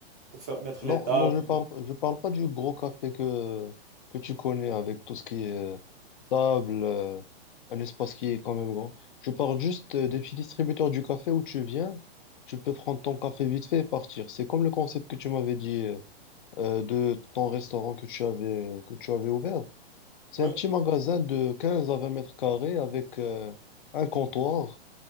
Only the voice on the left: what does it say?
Non,
non, je parle, je parle pas du gros café que, que tu connais avec tout ce qui est euh, table, euh, un espace qui est quand même grand. Je parle juste euh, des petits distributeurs du café où tu viens, tu peux prendre ton café vite fait et partir. C'est comme le concept que tu m'avais dit euh, euh, de ton restaurant que tu avais, que tu avais ouvert. C'est
un petit magasin de 15 à 20 mètres carrés avec euh, un comptoir,